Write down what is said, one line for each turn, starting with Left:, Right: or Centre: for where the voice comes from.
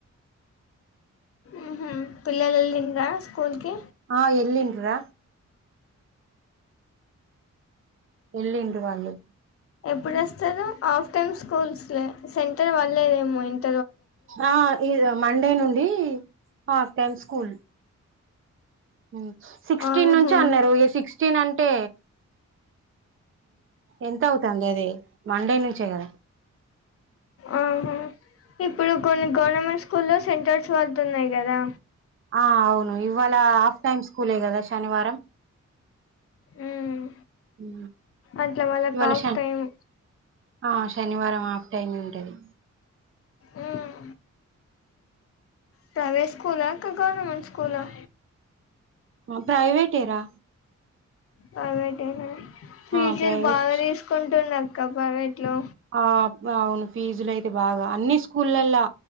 Left: ఉహూ పిల్లలు వెళ్ళిరా స్కూల్కిి
Right: ఆ ఎల్లిండ్రు రా ఎల్లిండ్రు వాళ్ళు
Left: ఆ ఎప్పుడు వస్తారు ఆఫ్ టైమ్స్ స్కూల్స్ లే సెంటర్ వళ్లేదేమో ఇంకా
Right: ఆ ఇ మండే నుండి హాఫ్ టైమ్ స్కూల్ ఉ సిక్స్టీన్
Left: ఆహా
Right: నుంచి అన్నారు ఏ సిక్స్టీన్ అన్ టే ఎంత అవుతాంది అది మండే నుంచే కదా
Left: ఆహా ఇప్పుడు కొన్ని గవర్నమెంట్ స్కూల్లో సెంటర్స్ పడుతున్నాయి కదా
Right: ఆ అవును ఇవాళ హాఫ్ టైమ్ స్కూలే కదా శనివారం
Left: మ్మ్
Right: ఉ
Left: అట్లా వాళ్ళకి
Right: ఇవాళ
Left: హాఫ్
Right: శన్
Left: టైమ్
Right: ఆ శనివారం ఆాఫ్ టైమ్ ఉంటది
Left: మ్మ్ ప్రైవేట్ స్కూల్ ఆ అక్క గవర్మెట్ స్కూల్ ఆ
Right: ప్రైవేట్ ఏరా
Left: ప్రైవేట్నా ఫీజులు
Right: ఆ ప్రైవేట్
Left: బాగా తీసుకుంటుండు అక్క ప్రైవేట్లో
Right: ఆప్ ఆ అవును ఫీజులు అయితే బాగా అన్ని సు స్కూల్ల్లో